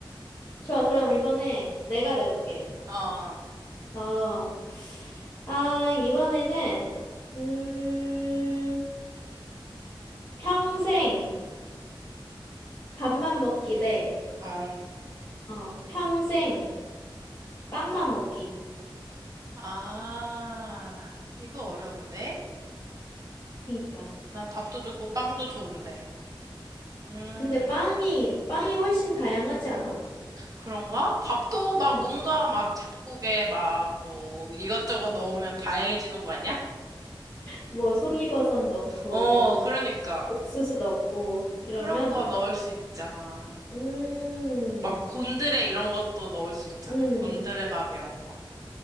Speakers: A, on the left (about 40°); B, on the right (about 40°).
A: 좋아, 그럼 이번엔 내가 내볼게.
B: 어,
A: 어. 아, 이번에는, 음, 평생 밥만 먹기 대,
B: 어.
A: 어, 평생 빵만 먹기.
B: 아, 이거 어려운데?
A: 그니까.
B: 나 밥도 좋고 빵도 좋은데. 음.
A: 근데 빵이, 빵이 훨씬 다양하지 않아?
B: 그런가? 밥도 막
A: 음.
B: 뭔가 막 잡곡에 막 뭐 이것저것 넣으면 다양해지는 거 아니야?
A: 뭐 송이버섯 넣고
B: 어, 그러니까.
A: 옥수수 넣고 이러면
B: 그런 거 넣을 수 있잖아.
A: 음,
B: 막 곤드레 이런 것도 넣을 수 있잖아.
A: 음,
B: 곤드레 밥 이런 거.